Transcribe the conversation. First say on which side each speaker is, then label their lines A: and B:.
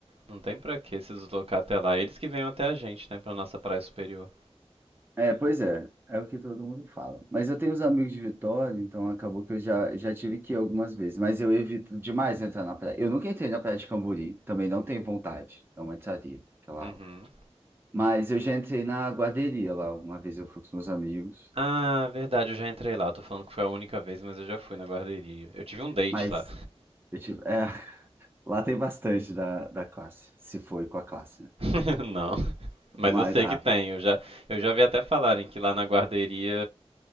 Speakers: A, on the right (about 60°); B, on the right (about 20°).
A: não tem pra que se deslocar até lá. Eles que venham até a gente, né? Pra nossa praia superior.
B: É, pois é, é o que todo mundo fala. Mas eu tenho os amigos de Vitória, então acabou que eu já, já tive que ir algumas vezes, mas eu evito demais entrar na praia. Eu nunca entrei na praia de Camburi, também não tenho vontade, não entraria, aquela
A: Uhum.
B: água. Mas eu já entrei na guarderia lá, uma vez eu fui com os meus amigos,
A: Ah, verdade, eu já entrei lá. tô falando que foi a única vez, mas eu já fui na guarderia. Eu tive um date
B: mas
A: lá.
B: eu tive, é, <laughs> lá tem bastante da, da classe, se foi com a classe, né?
A: <laughs> Não, mas
B: Mas,
A: eu sei
B: ah,
A: que tem. Eu já, eu já vi até falarem que lá na guarderia